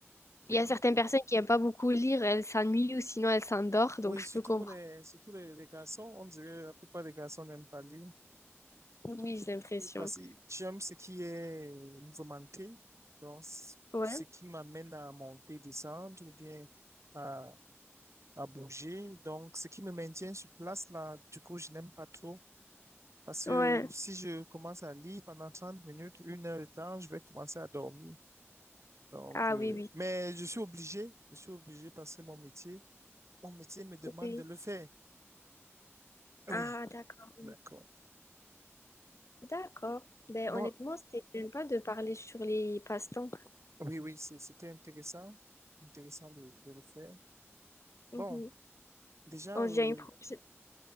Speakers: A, on the right; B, on the left.
A: Oui,
B: Il y a certaines personnes qui n'aiment pas beaucoup lire, elles s'ennuient ou sinon elles s'endorment, donc
A: Oui,
B: je
A: surtout
B: peux comprendre.
A: pour les, surtout les, les garçons, on dirait que la plupart des garçons n'aiment pas lire.
B: Oui, j'ai l'impression.
A: Parce que j'aime ce qui est mouvementé, donc c-
B: Ouais,
A: ce qui m'amène à monter, descendre ou bien à, à bouger. Donc, ce qui me maintient sur place, là, du coup, je n'aime pas trop. Parce que
B: ouais.
A: si je commence à lire pendant 30 minutes, une heure de temps, je vais commencer à dormir. Donc,
B: Ah
A: euh,
B: oui, oui.
A: mais je suis obligé, je suis obligé parce que mon métier, mon métier me demande
B: Oui.
A: de le faire. Oui,
B: Ah, d'accord.
A: d'accord.
B: oui. D'accord. Ben,
A: Bon,
B: honnêtement, c'était sympa de parler sur les passe-temps.
A: oui, oui, c'est- c'était intéressant, intéressant de, de le faire.
B: Mhm.
A: Bon, déjà,
B: On
A: euh,
B: se dit à une prochaine-